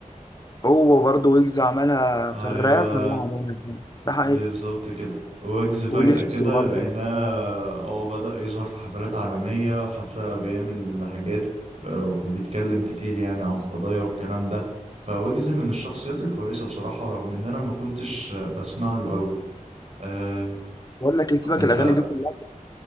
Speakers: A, on the left; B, on the right.
A: هو برضه ويجز عملها
B: أيوه
A: في الراب هو عملها في ده حقيقي
B: بالظبط كده ويجز فجأة
A: وليجسي
B: كده
A: برضه
B: لقيناه اه بدأ يظهر في حفلات عالمية وحتى بيعمل حاجات آه، وبيتكلم كتير يعني عن قضايا والكلام ده فويجز من الشخصيات الكويسة بصراحة رغم إن أنا ما كنتش بسمع له قوي آه
A: بقول لك إيه، سيبك
B: أنت
A: الاغاني دي كلها